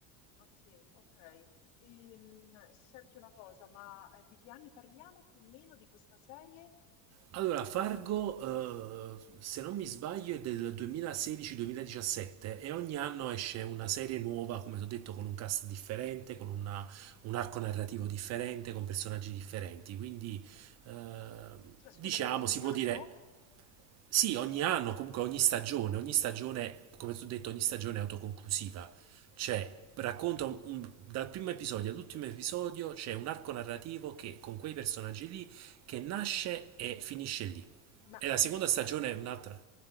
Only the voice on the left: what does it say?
ah, sì, ok. Ehm, senti una cosa, ma eh, di che anni parliamo più o meno di questa serie?
Cioè, scusami,
ogni
anno?
Ma
quindi
scusami,